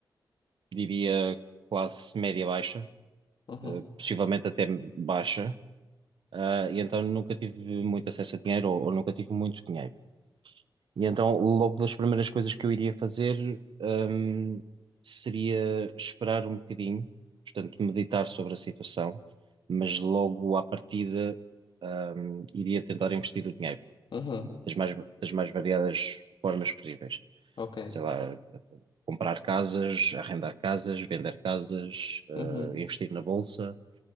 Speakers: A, on the right; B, on the left.
A: diria, classe média-baixa,
B: aham,
A: eh, possivelmente até baixa, Ah, e então nunca tive muito acesso a dinheiro ou ou nunca tive muito dinheiro. E então, logo das primeiras coisas que eu iria fazer, hum, seria esperar um bocadinho, portanto, meditar sobre a situação, mas logo à partida, hum, iria tentar investir o dinheiro
B: aham,
A: das mais, das mais variadas formas possíveis.
B: ok.
A: Sei lá, comprar casas, arrendar casas, vender casas,
B: Uhum.
A: eh, investir na bolsa.